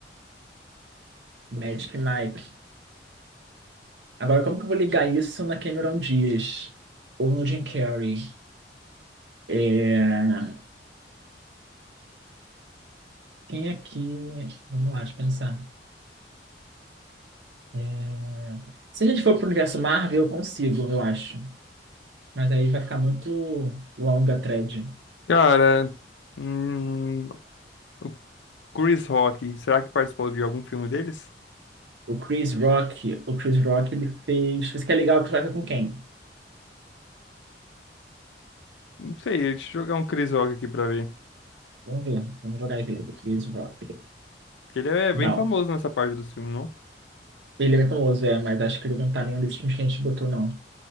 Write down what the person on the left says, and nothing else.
Cara, hum, o Chris Rock, será que participou de algum filme deles?
Não sei, deixa eu jogar um Chris Rock aqui pra ver.
Porque ele é bem
famoso nessa parte do filme, não?